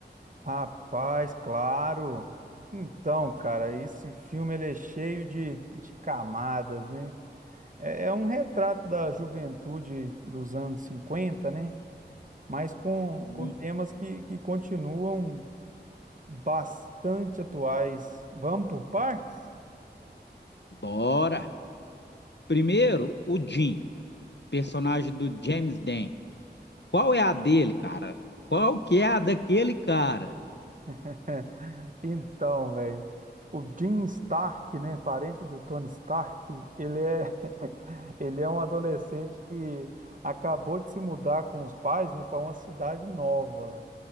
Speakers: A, on the right (about 45°); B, on the left (about 75°).
A: Rapaz, claro. Então, cara, esse filme ele é cheio de, de camadas, né? É, é um retrato da juventude dos anos 50, né? Mas com,
B: Uhum.
A: com temas que, que continuam bastante atuais. Vamos por partes?
B: Bora! Primeiro, o Jim, personagem do James Dan. Qual é a dele, cara? Qual que é a daquele cara?
A: <laughs> Então, velho, o Jim Stark, né, parente do Tony Stark, ele é, <laughs> ele é um adolescente que acabou de se mudar com os pais, né, para uma cidade nova.